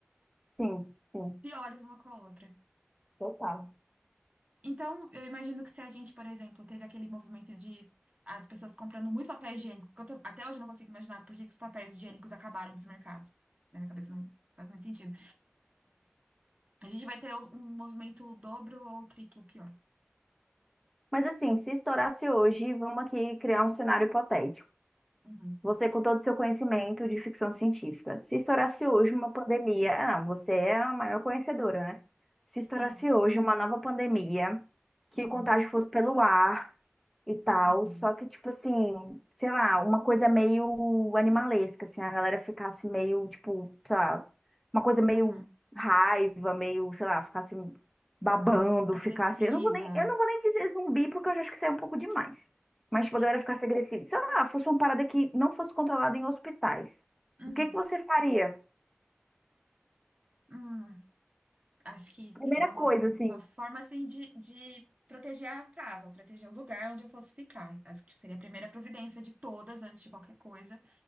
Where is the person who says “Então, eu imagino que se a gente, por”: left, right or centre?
Right